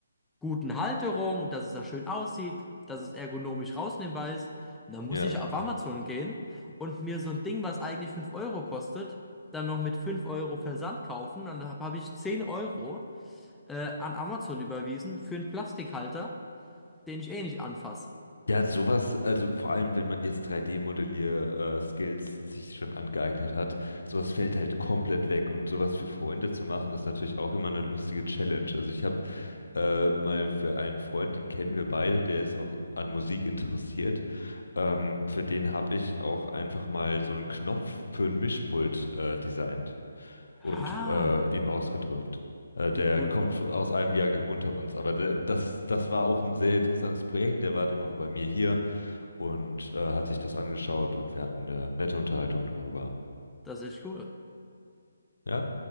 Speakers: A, in the centre; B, on the left (about 75°).
A: guten Halterung und dass es da schön aussieht, dass es ergonomisch rausnehmbar ist. Und dann muss
B: Ja.
A: ich auf Amazon gehen und mir so ein Ding, was eigentlich 5 Euro kostet, dann noch mit 5 Euro Versand kaufen. Dann habe hab hab ich 10 Euro äh, an Amazon überwiesen für einen Plastikhalter den ich eh nicht anfasse.
B: Ja, sowas, also vor allem, wenn man jetzt 3D-Modellier-Skills sich schon angeeignet hat, sowas fällt halt komplett weg. Und sowas für Freunde zu machen, ist natürlich auch immer eine lustige Challenge. Also ich habe äh, mal für einen Freund, den kennen wir beide, der ist auch an Musik interessiert. Ähm, für den habe ich auch einfach mal so einen Knopf für ein Mischpult äh, designt
A: Ah,
B: und äh, ihm ausgedrückt. Äh, der
A: wie cool.
B: kommt aus einem Jahrgang unter uns, aber der, das, das war auch ein sehr interessantes Projekt. Der war dann auch bei mir hier und äh, hat sich das angeschaut und wir hatten eine nette Unterhaltung darüber.
A: Das ist echt cool.
B: Ja,